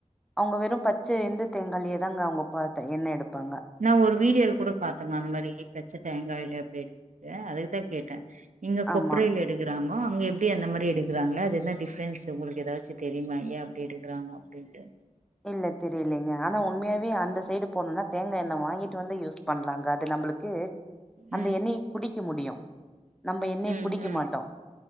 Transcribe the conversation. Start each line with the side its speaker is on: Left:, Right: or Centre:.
Centre: அவுங்க வெறு பச்ச இந்த தேங்காயிலையே தாங்க அவுங்க பார்த்த எண்ணெ எடுப்பாங்க
Right: நா ஒரு வீடியோல கூட பாத்தங்க அந்த மாரி பச்ச தேங்காய்ல எப்டி எடுக்கறது அதுக்கு தா கேட்ட இங்க
Centre: ஆமா
Right: கொப்ரையில எடுக் எடுக்குறாங்கோ அங்க எப்டி அந்த மாரி எடுக்கறாங்க அது என்ன ஃடிப்ரென்ஸ் உங்களுக்கு ஏதாச்சி தெரியுங்களாங்க எயே அப்டி எடுக்குறாங்கோ அப்டின்டு
Centre: இல்ல தெரிலைங்க ஆனா ஒன் உண்மையாவே அந்த சைடு போனோன்னா தேங்கா எண்ணெய வாங்கிட்டு வந்து யூஸ் பண்லாங்க அது நம்மளுக்கு அந்த
Right: ம்
Centre: எண்ணெய குடிக்க முடியு நம்ம எண்ணெய
Right: ம்
Centre: குடிக்க
Right: ம்
Centre: மாட்டோ